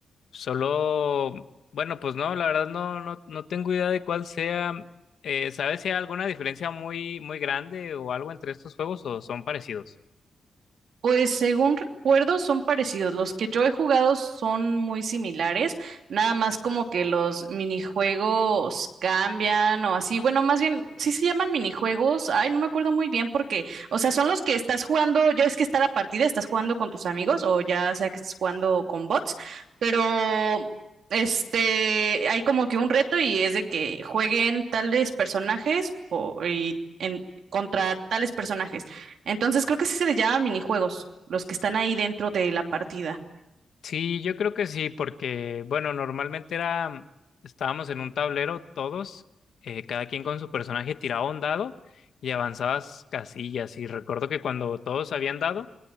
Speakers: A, on the left; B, on the right.
A: Solo, bueno, pues no, la verdad no, no, no tengo idea de cuál sea. Eh, ¿sabes si hay alguna diferencia muy, muy grande o algo entre estos juegos o son parecidos?
B: Pues según recuerdo son parecidos. Los que yo he jugado son muy similares, nada más como que los minijuegos cambian o así. Bueno, más bien, sí se llaman minijuegos. Ay, no me acuerdo muy bien porque, o sea, son los que estás jugando, ya es que está la partida, estás jugando con tus amigos o ya sea que estés jugando con bots, pero este, hay como que un reto y es de que jueguen tales personajes po- y en, contra tales personajes. Entonces creo que sí se les llama minijuegos, los que están ahí dentro de la partida.
A: Sí, yo creo que sí, porque, bueno, normalmente era, estábamos en un tablero todos, eh, cada quien con su personaje tiraba un dado y avanzabas casillas. Y recuerdo que cuando todos habían dado,